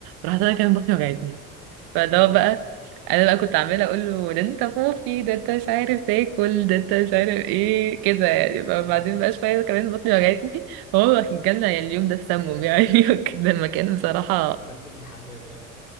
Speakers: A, on the right; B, on the left.
A: راحت انا كان بطني وجعتني فاللي
B: مم.
A: هو بقى انا بقى كنت عماله اقول له ده انت خوفي ده انت مش عارف تاكل ده انت مش عارف ايه كده يعني بقى-
B: مم.
A: بعدين بقى شويه كمان بطني وجعتني هو جالنا يعني اليوم ده السموم يعني <laughs> وكده المكان بصراحه
B: قابلته في الحمام ها